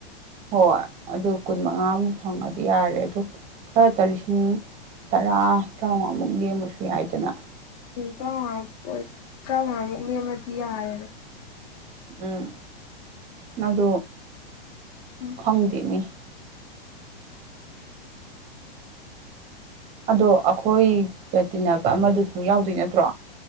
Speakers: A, on the right (about 25°); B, on the left (about 40°).
A: ꯍꯣꯏ ꯑꯗꯨ ꯀꯨꯟ ꯃꯉꯥꯃꯨ ꯐꯪꯉꯗꯤ ꯌꯥꯔꯦ ꯑꯗ ꯈꯔꯇ ꯂꯤꯁꯤꯡ ꯇꯔꯥ ꯇꯔꯥꯃꯉꯥꯃꯨꯛꯗꯤ ꯑꯃꯁꯨ ꯌꯥꯏꯗꯅ
B: ꯇꯣꯏꯠꯇ ꯃꯨꯛꯂꯤ ꯑꯃꯗꯤꯗꯤꯔ
A: ꯎꯝ ꯅꯪꯗ
B: ꯎꯝ
A: ꯈꯣꯡꯗꯦꯅꯤ ꯑꯗꯣ ꯑꯩꯈꯣꯏꯒ ꯇꯤꯟꯅꯕ ꯑꯃꯗꯨꯁꯨ ꯌꯥꯎꯗꯣꯏ ꯅꯠꯇ꯭ꯔꯣ